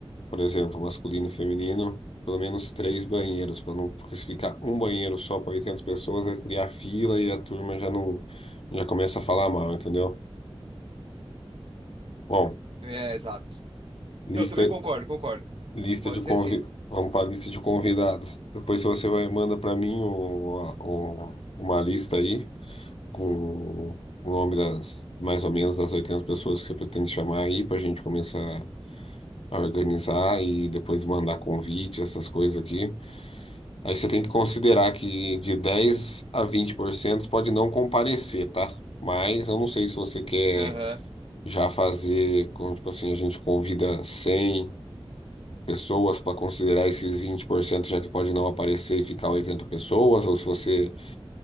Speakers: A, on the left (about 70°); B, on the right (about 60°).
A: Por exemplo, masculino e feminino, pelo menos três banheiros, para não, porque se ficar um banheiro só para 800 pessoas, vai criar fila e a turma já não, já começa a falar mal, entendeu? Bom,
B: É, exato.
A: lista,
B: Não, também concordo, concordo.
A: lista
B: Pode
A: de convi,
B: ser sim.
A: vamos para a lista de convidados. Depois você vai manda para mim o, a- o, uma lista aí com o nome das mais ou menos das 800 pessoas que você pretende chamar aí para a gente começar organizar e depois mandar convite, essas coisas aqui. Aí você tem que considerar que de 10 a 20% pode não comparecer, tá? Mas eu não sei se você quer
B: Aham.
A: já fazer, com- tipo assim, a gente convida cem pessoas para considerar esses 20% já que pode não aparecer e ficar 80 pessoas, ou se você